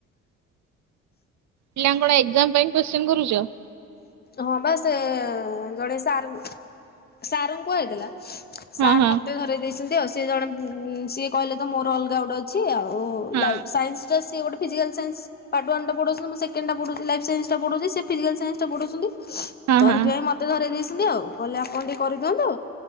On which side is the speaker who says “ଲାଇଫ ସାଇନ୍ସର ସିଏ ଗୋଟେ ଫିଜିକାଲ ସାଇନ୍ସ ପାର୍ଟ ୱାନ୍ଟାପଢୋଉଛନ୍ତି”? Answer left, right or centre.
Left